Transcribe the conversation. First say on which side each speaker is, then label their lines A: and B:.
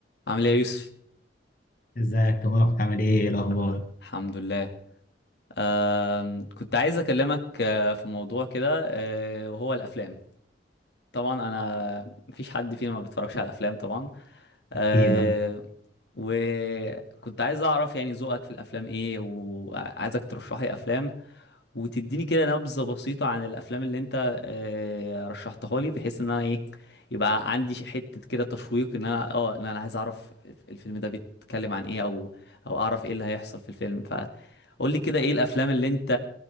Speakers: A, on the left; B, on the left.
A: عامل ايه يا يوسف
B: ازيك يا مروة عامل ايه إيه الاخبار
A: الحمد لله آم، كنت عايز اكلمك آه، في موضوع كده آه، وهو الافلام طبعا انا مفيش حد فينا ما بيتفرجش على الافلام طبعا أه
B: اكيد اه
A: وكنت عايز اعرف يعني ذوقك في الافلام ايه وعايزك ترشح لي افلام وتديني كده نبذة بسيطة عن الافلام اللي انت أه رشحتها لي بحيث ان انا ايه يبقى عندي ش- حتة كده تشويق ان انا اه ان انا عايز اعرف الفيلم ده بيتكلم عن ايه او او اعرف ايه اللي هيحصل في الفيلم فقول لي كده ايه الافلام اللي انت